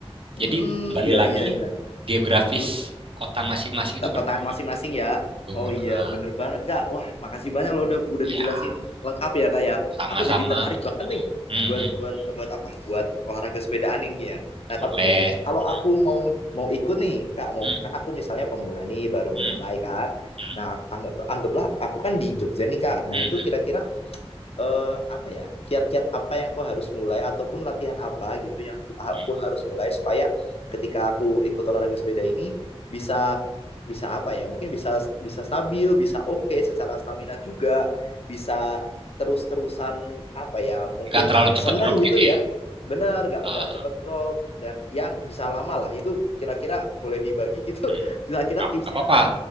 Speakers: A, on the left; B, on the right.
A: hmm
B: Jadi itu kembali
A: iya
B: lagi
A: iya iya
B: geografis
A: Mhm.
B: kota masing-masing itu berpengaruh.
A: kota masing-masing ya.
B: Betul.
A: Oh iya,
B: Ah,
A: bener banget Kak. Wah, makasih banyak loh udah udah
B: ya,
A: dijelasin lengkap ya Kak ya.
B: sama-sama.
A: Aku jadi tertarik banget nih
B: Hmm,
A: buat
B: hmm,
A: buat buat apa? Buat olahraga sepedaan ini ya. Nah,
B: boleh.
A: tapi mungkin
B: Hmm,
A: kalau aku mau mau ikut nih, Kak, mau
B: hmm,
A: kan aku misalnya pemula nih baru memulai
B: hmm,
A: kan.
B: hmm,
A: Nah, anggap anggaplah aku kan di Jogja nih, Kak. Nah,
B: hmm,
A: itu
B: hmm.
A: kira-kira eh, apa ya kiat-kiat apa yang aku harus mulai ataupun latihan apa gitu yang aku
B: hmm.
A: harus mulai supaya ketika aku ikut olahraga sepeda ini bisa bisa apa ya mungkin bisa bisa stabil bisa oke secara stamina juga bisa terus-terusan apa ya mungkin
B: Nggak terlalu
A: senang
B: cepat drop
A: gitu
B: gitu
A: ya
B: ya.
A: benar nggak
B: Ah,
A: nggak cepet drop dan yang bisa lama lah itu kira-kira boleh dibagi gitu
B: hmm.
A: <laughs> kira-kira
B: Ah,
A: tipsnya
B: nggak apa-apa.